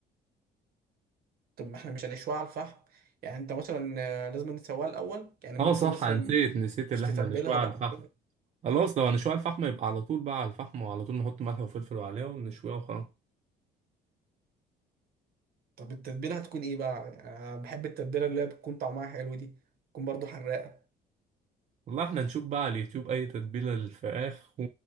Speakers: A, on the right (about 65°); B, on the right (about 40°).
A: طب ما احنا مش هنشوي على الفحم يعني انت مثلا آه، لازم نسويها الاول يعني
B: اه
A: ممكن
B: صح
A: مثلا
B: أنا نسيت نسيت اللي
A: مش تتبلها
B: احنا نشويها
A: وبعد
B: على الفحم
A: كده
B: خلاص لو هنشويها على الفحم يبقى على طول بقى على الفحم وعلى طول نحط ملح وفلفل عليها ونشويها وخلاص
A: طب التتبيله هتكون ايه بقى يعني انا بحب التتبيله اللي هي بتكون طعمها حلو دي تكون برضو حراقه
B: والله احنا نشوف بقى على اليوتيوب أي تتبيلة للفراخ و-